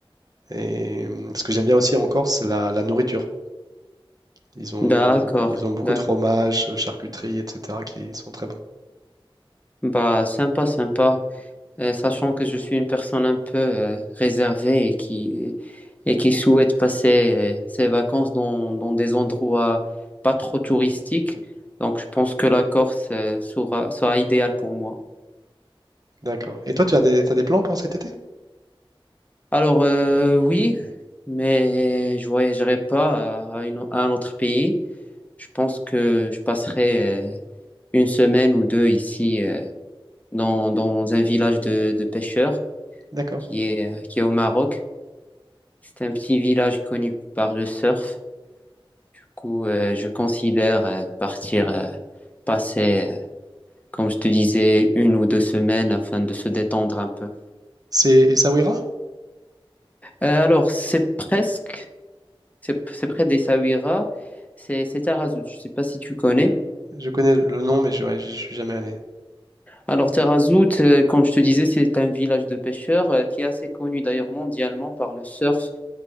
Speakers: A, on the right (about 40°); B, on the left (about 15°).
A: Et euh, ce que j'aime bien aussi en Corse, c'est la, la nourriture. Ils ont,
B: D'accord,
A: ils ont beaucoup
B: d'accord.
A: de fromages, euh, charcuteries, etc., qui sont très bons.
B: Bah, sympa, sympa. Euh, sachant que je suis une personne un peu euh, réservée et qui, et qui souhaite passer euh, ses vacances dans, dans des endroits pas trop touristiques. Donc, je pense que la Corse euh, sera, sera idéale pour moi.
A: D'accord. Et toi, tu as des, t'as des plans pour cet été?
B: Alors, euh, oui, mais je voyagerai pas à, à une- à un autre pays. Je pense que je passerai euh, une semaine ou deux ici euh, dans, dans un village de, de pêcheurs
A: D'accord.
B: qui est, euh, qui est au Maroc. C'est un petit village connu par le surf. Du coup, euh, je considère euh, partir euh, passer, euh, comme je te disais, une ou deux semaines afin de se détendre un peu.
A: C'est Essaouira?
B: Euh, alors, c'est presque, c'est c'est près d'Essaouira, c'est c'est Tarazout. Je ne sais pas si tu connais.
A: Je connais le nom, mais je, ouais, je, je suis jamais allé.
B: Alors, Tarazout, euh, comme je te disais, c'est un village de pêcheurs euh, qui est assez connu d'ailleurs mondialement par le surf.